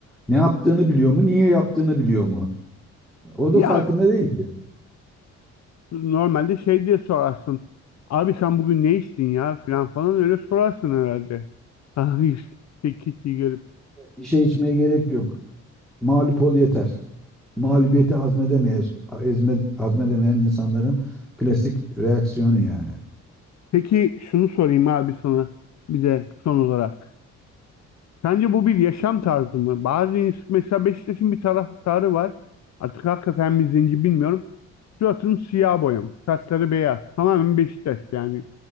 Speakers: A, in the centre; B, on the left (about 60°).
A: Ne yaptığını biliyor mu? Niye yaptığını biliyor mu? O
B: Ya
A: da farkında değil ki.
B: Normalde şey diye sorarsın. Abi sen bugün ne içtin ya filan falan öyle sorarsın herhalde. <laughs> Hani işte kişiyi görüp.
A: Bir şey içmeye gerek yok. Mağlup ol yeter. Mağlubiyeti hazmedemeyiz. Ezme, hazmedemeyen insanların klasik reaksiyonu yani.
B: Peki şunu sorayım abi sana bir de son olarak. Sence bu bir yaşam tarzı mı? Bazı ins- mesela Beşiktaş'ın bir taraftarı var. Artık hakikaten mi zenci bilmiyorum. Suratını siyah boyamış. Saçları beyaz. Tamamen Beşiktaş yani.